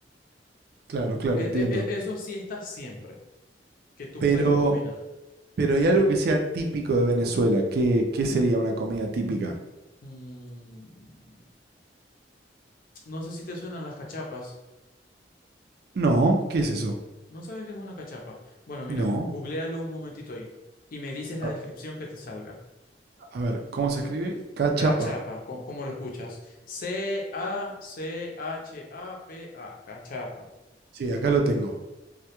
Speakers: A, on the right; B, on the left.
A: Claro, claro,
B: E-
A: entiendo.
B: e- e- eso sí está siempre, que tú
A: Pero,
B: puedes combinar.
A: pero hay algo que sea típico de Venezuela. ¿Qué, qué sería una comida típica?
B: Mm, no sé si te suenan las cachapas.
A: No, ¿qué es eso?
B: ¿No sabes qué es una cachapa? Bueno, mira,
A: No.
B: gu- googléalo un momentito ahí y me dices la
A: A,
B: descripción que te salga.
A: a ver, ¿cómo se escribe? Cachapa.
B: Cachapa, co- ¿cómo, lo escuchas? C-A-C-H-A-P-A, cachapa.
A: Sí, acá lo tengo.